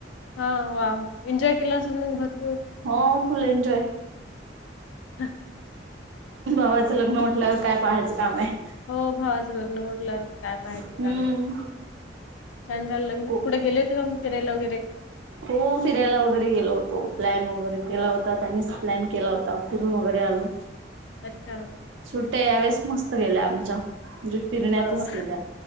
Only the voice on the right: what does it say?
हो. Full enjoy.
भावाचं लग्न म्हटल्यावर काय पाहायचं काम आहे.
हम्म
खूप
हो फिरायला वगैरे गेलो होतो. प्लॅन वगैरे केला होता त्यानीच प्लॅन केला होता फिरून वगैरे आलो
सुट्ट्या ह्या वेळेस मस्त गेल्या आमच्या. म्हणजे फिरण्यातच
गेला.